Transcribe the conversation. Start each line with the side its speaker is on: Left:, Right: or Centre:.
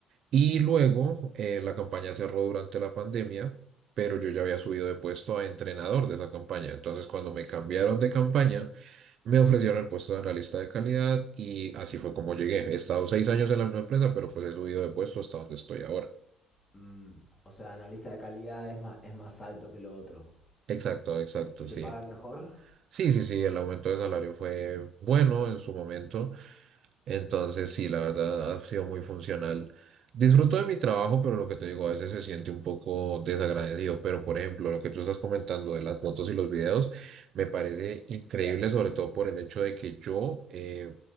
Right: y luego eh, la campaña cerró durante la pandemia, pero yo ya había subido de puesto a entrenador de esa campaña. Entonces, cuando me cambiaron de campaña, me ofrecieron el puesto de analista de calidad y así fue como llegué. He estado seis años en la misma empresa, pero pues he subido de puesto hasta donde estoy ahora.
Left: Mm, o sea, analista de calidad es más, es más alto que lo otro.
Right: Exacto, exacto,
Left: ¿Y te
Right: sí.
Left: pagan mejor?
Right: Sí, sí, sí, el aumento de salario fue bueno en su momento. Entonces, sí, la verdad ha sido muy funcional. Disfruto de mi trabajo, pero lo que te digo, a veces se siente un poco desagradecido. Pero, por ejemplo, lo que tú estás comentando de las fotos y los videos, me parece increíble, sobre todo por el hecho de que yo eh,